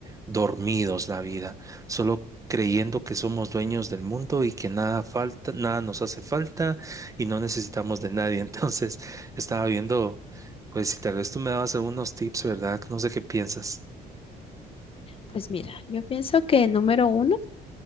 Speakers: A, on the right; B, on the left.
A: dormidos la vida, solo creyendo que somos dueños del mundo y que nada falta, nada nos hace falta y no necesitamos de nadie. <laughs> Entonces, estaba viendo, pues si tal vez tú me dabas algunos tips, ¿verdad? No sé qué piensas.
B: Pues mira, yo pienso que número uno,